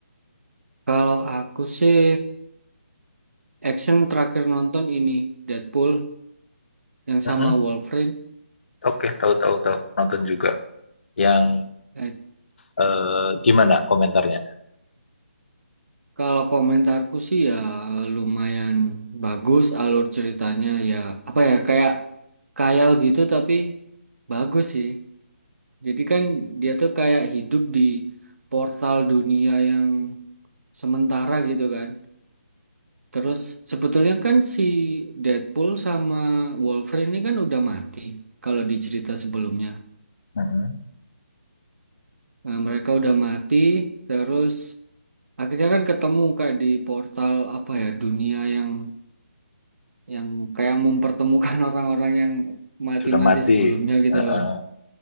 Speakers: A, on the right; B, on the left.
A: kalau aku sih action terakhir nonton ini Deadpool yang sama
B: Mm-mm.
A: Wolverine.
B: Oke, tahu tahu tahu nonton juga yang
A: Eh,
B: eh, gimana komentarnya?
A: kalau komentarku sih ya lumayan bagus alur ceritanya ya apa ya kayak khayal gitu tapi bagus sih. Jadi kan dia tuh kayak hidup di portal dunia yang sementara gitu kan. Terus sebetulnya kan si Deadpool sama Wolverine ini kan udah mati kalau di cerita sebelumnya.
B: Mm-mm.
A: Nah, mereka udah mati terus akhirnya kan ketemu kayak di portal apa ya dunia yang yang kayak mempertemukan <laughs> orang-orang yang mati-mati
B: Sudah mati.
A: sebelumnya gitu
B: Heeh.
A: loh.